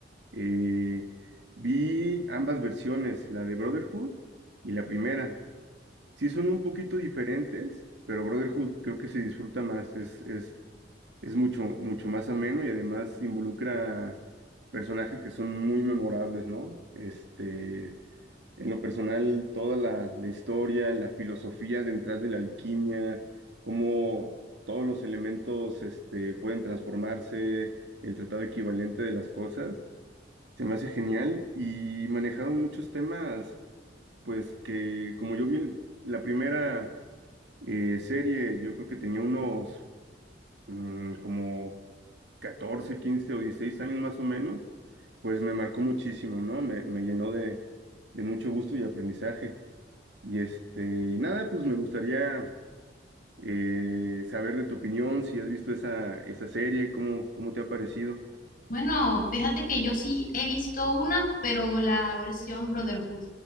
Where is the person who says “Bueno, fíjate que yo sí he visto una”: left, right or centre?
Left